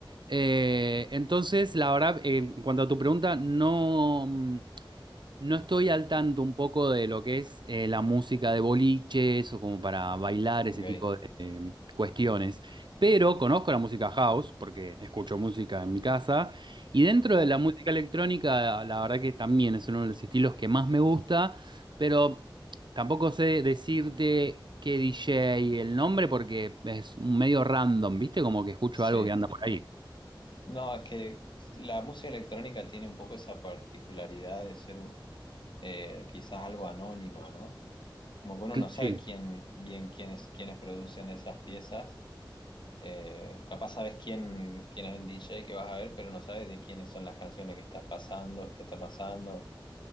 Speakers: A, on the right; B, on the left.
A: Eh, entonces, la verdad, eh, en cuanto a tu pregunta, no... mm, no estoy al tanto un poco de lo que es eh, la música de boliches o como para bailar
B: ok,
A: ese tipo de eh, cuestiones, pero conozco la música house porque escucho música en mi casa y dentro
B: claro,
A: de la música electrónica la verdad que también es uno de los estilos que más me gusta, pero tampoco sé decirte qué DJ y el nombre porque es medio random, ¿viste? Como que escucho
B: sí.
A: algo que anda por ahí.
B: No, es que la música electrónica tiene un poco esa particularidad de ser eh, quizás algo anónima, ¿no? Como que uno
A: Cl-
B: no sabe
A: Sí,
B: quién, bien quiénes, quiénes producen esas piezas. Eh, capaz sabes quién, quién es el DJ que vas a ver, pero no sabes de quiénes son las canciones que estás pasando, que está pasando,